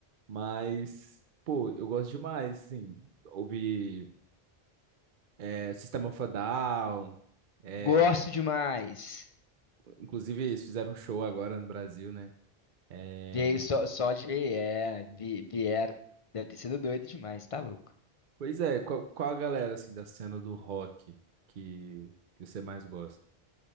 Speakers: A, on the right (about 55°); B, on the left (about 40°).
A: mas, pô, eu gosto demais, assim. Ouvir é, System of a Down, é,
B: Gosto demais.
A: inclusive eles fizeram um show agora no Brasil, né? Eh,
B: Veio só, só de ver, é, vi- vieram. Deve ter sido doido demais, tá louco.
A: Pois é, qual, qual a galera assim da cena do rock que, que você mais gosta?